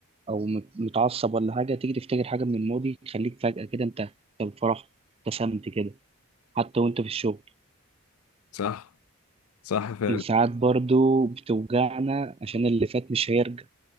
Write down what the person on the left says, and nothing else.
صح صح فعلا